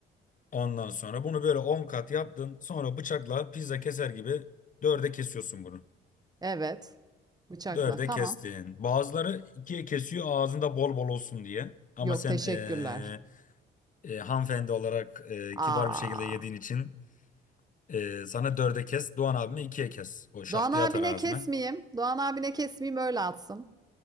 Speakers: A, on the left (about 40°); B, on the right (about 20°).
A: Ondan sonra bunu böyle 10 kat yaptın. Sonra bıçakla pizza keser gibi dörde kesiyorsun bunu.
B: Evet. Bıçakla.
A: Dörde
B: Tamam.
A: kestin. Bazıları ikiye kesiyor ağzında bol bol olsun diye. Ama
B: Yok
A: sen
B: teşekkürler.
A: e, e, hanımefendi olarak e,
B: Aa.
A: kibar bir şekilde yediğin için ee, sana dörde kes. Doğan abime ikiye kes. O şak
B: Doğan abine
A: diye atar ağzına.
B: kesmeyeyim. Doğan abine kesmeyeyim öyle atsın.